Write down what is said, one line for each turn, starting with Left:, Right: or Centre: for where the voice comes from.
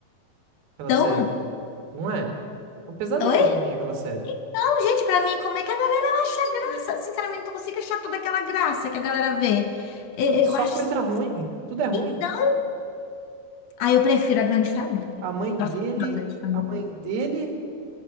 Right: aquela
Left: Então,
Right: série, não é? É um pesadelo
Left: oi?
Right: pra mim aquela série.
Left: Não, gente, pra mim, como é que a galera acha graça? Sinceramente, não consigo achar toda aquela graça que a galera vê. Eu,
Right: É só
Left: eu acho.
Right: coisa ruim, tudo é ruim.
Left: Então, aí eu prefiro a grande família.
Right: A mãe dele,
Left: Nossa, eu amo a grande família.
Right: a mãe dele